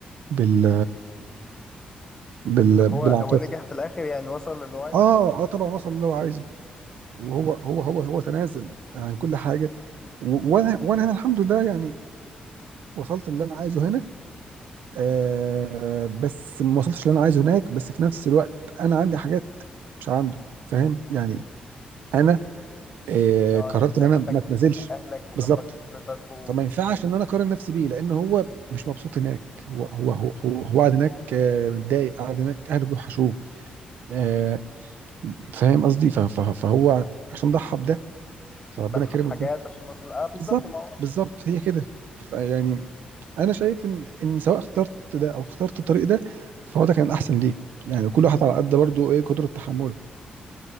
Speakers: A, on the right; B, on the left.
A: بال بال...
B: طب هو
A: بالعاطفه
B: هو نجح في الاخر يعني وصل للي هو عايزه
A: اه اه طبعا وصل اللي هو عايزه وهو هو هو هو تنازل عن كل حاجه و... وانا وانا انا الحمد لله يعني وصلت اللي انا عايزه هنا آه بس ما وصلتش اللي انا عايزه هناك بس في نفس الوقت انا عندي حاجات مش عنده فاهم يعني انا آه
B: اه
A: قررت
B: يعني انت
A: ان انا
B: جنبك
A: ما اتنازلش
B: اهلك وجنبك
A: بالظبط
B: اسرتك و-
A: فما ينفعش ان انا اقارن نفسي بيه لان هو مش مبسوط هناك هو هو هو هو, هو قاعد هناك آه، متضايق قاعد هناك اهله بيوحشوه آه، فاهم قصدي ف- ف- فهو عشان ضحى بده فربنا
B: وضحى
A: كرمه
B: بحاجات
A: بده
B: عشان وصل اه بالظبط
A: بالظبط
B: ما هو
A: بالظبط هي كده يعني انا شايف ان ان سواء اخترت ده او اخترت الطريق ده فهو ده كان احسن ليك يعني كل واحد على قد برضه ايه قدرة تحمله